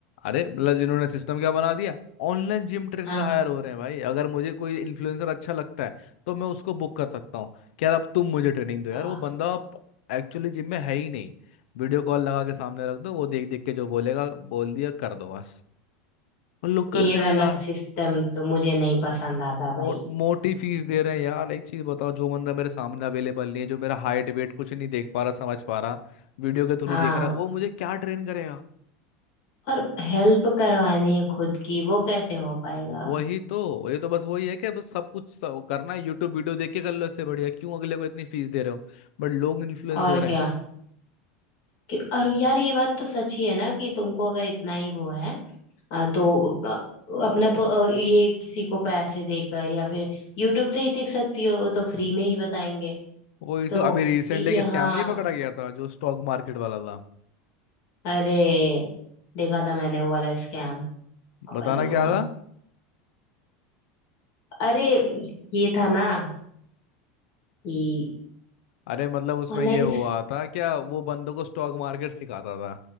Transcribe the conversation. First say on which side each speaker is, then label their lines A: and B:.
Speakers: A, on the left; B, on the left.
A: अरे मतलब इन्होंने सिस्टम क्या बना दिया ऑनलाइन जिम ट्रेनर
B: हाँ
A: हायर हो रहे हैं भाई अगर मुझे कोई इन्फ्लुएंसर अच्छा लगता है तो मैं उसको बुक कर सकता हूँ कि यार अब तुम मुझे ट्रेनिंग
B: हाँ
A: दो यार वो बंदा एक्चुअली जिम में है ही नहीं वीडियो कॉल लगा के सामने रख दो वो देख देख के जो बोलेगा बोल दिया कर दो बस और लोग कर
B: ये
A: रहे
B: वाला
A: हैं यार
B: सिस्टम तो मुझे नहीं पसंद आता
A: मो,
B: भाई
A: मोटी फीस दे रहे हैं यार एक चीज बताओ जो बंदा मेरे सामने अवेलेबल नहीं है जो मेरा हाइट वेट कुछ नहीं देख पा रहा समझ पा रहा वीडियो के थ्रू
B: हाँ
A: देख रहा है वो मुझे क्या ट्रेन करेगा
B: और हेल्प करवानी है खुद की वो कैसे हो पाएगा
A: वही तो ये तो बस वही है कि बस सब कुछ सब करना है यूट्यूब वीडियो देख के कर लो इससे बढ़िया क्यों अगले को इतनी फीस दे रहे हो बट लोग इन्फ्लुएंस
B: और
A: हो रहे
B: क्या
A: हैं
B: कि और यार ये बात तो सच ही है ना कि तुमको अगर इतना ही वो है आ, तो अ, अपना प- अ, ये किसी को पैसे देकर या फिर यूट्यूब से ही सीख सकती हो वो तो फ्री में ही बताएंगे
A: वही
B: तो
A: तो अभी रिसेंटली
B: यहाँ
A: एक स्कैम नहीं पकड़ा गया था जो स्टॉक मार्केट वाला था
B: अरे देखा था मैंने वो वाला स्कैम पागल
A: बताना
B: लोग
A: क्या
B: हैं
A: था
B: अरे ये था ना कि
A: अरे मतलब उसमें
B: ऑनलाइन
A: ये हुआ था क्या वो बंदों को स्टॉक मार्केट सिखाता था